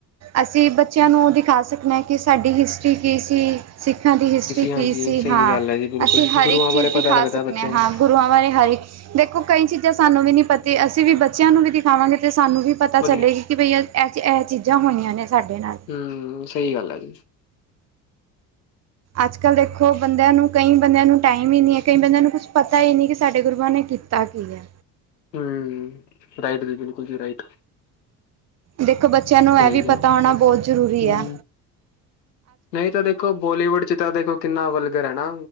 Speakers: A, on the right; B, on the left.
A: ਅਸੀਂ ਬੱਚਿਆਂ ਨੂੰ ਓ ਦਿਖਾ ਸਕਨੇ ਆਂ ਕਿ ਸਾਡੀ ਹਿਸਟਰੀ ਕੀ ਸੀ। ਸਿੱਖਾਂ ਦੀ ਹਿਸਟਰੀ ਕੀ
B: ਹਾਂਜੀ
A: ਸੀ
B: ਸਹੀ
A: ਹਾਂ,
B: ਗੱਲ ਹੈ ਜੀ ਬਿਲਕੁਲ
A: ਅਸੀਂ ਹਰ
B: ਗੁਰੂਆਂ
A: ਇੱਕ ਚੀਜ਼
B: ਬਾਰੇ ਪਤਾ
A: ਦਿਖਾ
B: ਲੱਗਦਾ
A: ਸਕਦੇ
B: ਬੱਚਿਆਂ
A: ਆਂ, ਹਾਂ
B: ਨੂੰ
A: ਗੁਰੂਆਂ ਬਾਰੇ ਹਰ ਇੱਕ ਦੇਖੋ ਕਈ ਚੀਜ਼ਾਂ ਸਾਨੂੰ ਵੀ ਨਹੀ ਪਤੀ ਅਸੀਂ ਵੀ ਬੱਚਿਆਂ ਨੂੰ ਵੀ ਦਿਖਾਵਾਂਗੇ ਤੇ ਸਾਨੂੰ ਵੀ ਪਤਾ ਚਲੇਗੀ।
B: ਵਧੀਆ
A: ਕਿ ਬਈ ਇਹ ਇਹ ਚੀਜ਼ਾਂ ਹੋਈਆਂ ਨੇ ਸਾਡੇ ਨਾਲ।
B: ਹੁੰ, ਸਹੀ ਗੱਲ ਐ ਜੀ।
A: ਅੱਜ ਕੱਲ੍ਹ ਦੇਖੋ, ਬੰਦਿਆਂ ਨੂੰ ਕਈ ਬੰਦਿਆਂ ਨੂੰ ਟਾਈਮ ਹੀ ਨਹੀਂ ਐ ਕਈ ਬੰਦਿਆਂ ਨੂੰ ਕੁਛ ਪਤਾ ਹੀ ਨਹੀਂ ਕਿ ਸਾਡੇ ਗੁਰਬਆਂ ਨੇ ਕੀਤ ਤਾ ਕੀ ਐ।
B: ਹੁੰ, ਰਾਈਟ ਜੀ, ਬਿਲਕੁਲ ਜੀ ਰਾਈਟ।
A: ਦੇਖੋ ਬੱਚਿਆਂ ਨੂੰ
B: ਸਹੀ
A: ਇਹ ਵੀ ਪਤਾ
B: ਹੈ
A: ਹੋਣਾ ਬਹੁਤ ਜ਼ਰੂਰੀ
B: ਹਮ
A: ਐ।
B: ਨਹੀਂ ਤਾਂ ਦੇਖੋ, ਬਾਲੀਵੁੱਡ ਚ ਤਾ ਦੇਖੋ। ਕਿੰਨਾ ਵਲਗਰ ਐ ਨਾ,